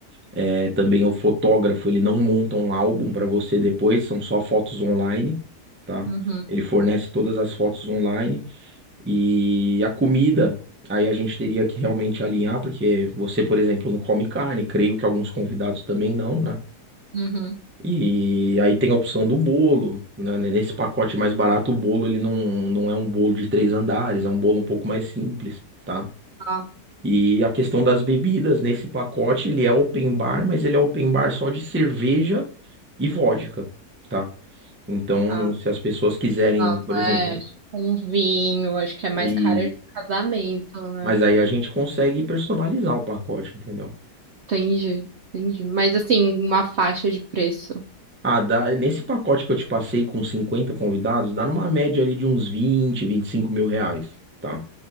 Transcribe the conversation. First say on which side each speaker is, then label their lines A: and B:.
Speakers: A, on the right (about 15°); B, on the right (about 65°).
A: é também é o fotógrafo, ele não monta um álbum para você depois, são só fotos online, tá?
B: uhum,
A: Ele fornece todas as fotos online. E a comida, aí a gente teria que realmente alinhar, porque você, por exemplo, não come carne, creio que alguns convidados também não, né?
B: uhum.
A: E aí tem a opção do bolo, né? Nesse pacote mais barato, o bolo ele não, não é um bolo de três andares, é um bolo um pouco mais simples, tá?
B: Tá,
A: E a questão das bebidas, nesse pacote ele é open bar, mas ele é open bar só de cerveja e vodka, tá? Então,
B: tá.
A: se as pessoas quiserem,
B: Nossa,
A: por exemplo,
B: é, tipo um vinho, acho que é mais
A: e
B: caro de casamento, né?
A: Mas aí a gente consegue personalizar o pacote, entendeu?
B: Entendi, entendi. Mas assim, uma faixa de preço.
A: Ah, dá, nesse pacote que eu te passei com 50 convidados, dá numa média ali de uns vinte, vinte e cinco mil reais, tá?